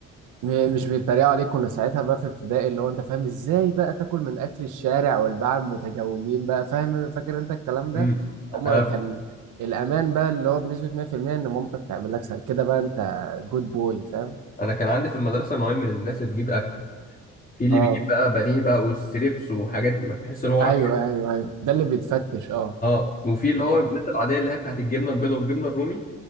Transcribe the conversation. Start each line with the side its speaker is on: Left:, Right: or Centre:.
Right: م- مش بيتريقوا عليك كنا ساعتها بقى في ابتدائي اللي هو انت فاهم ازاي بقى تاكل من اكل الشارع والباعة المتجولين بقى فاهم فاكر انت الكلام ده
Left: امم
Right: هما
Left: انا
Right: كان الامان بقى اللي هو بنسبة 100% ان مامتك تعمل لك سا- كده بقى انت جود بوي فاهم
Left: انا كان عندي في المدرسه نوعين من الناس اللي بيجيب اكل في اللي
Right: اه
Left: بيجيب بقى بانيه بقى والستريبس وحاجات ما تحس ان هو
Right: ايوه
Left: راح
Right: ايوه ايوه ده اللي بيتفتش اه
Left: اه وفي اللي هو الناس العاديه اللي هي بتاعت الجبنه البيضاء والجبنه الرومي